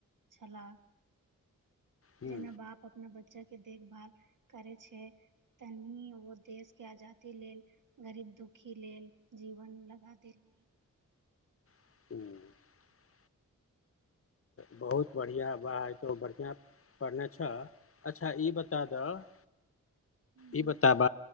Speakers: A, on the right; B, on the left.
A: छला
B: हुँ
A: जेना बाप अपना बच्चा के देखभाल करै छै तनी ओ देश के आजादी लेल गरीब दुख दुखी लेल जीवन लगा देल नहि
B: <inaudible> बहुत बढ़िया बा तो बढ़िया पढ़ने छौ अच्छा ई बता दह
A: <inaudible> देलनि
B: ई बताब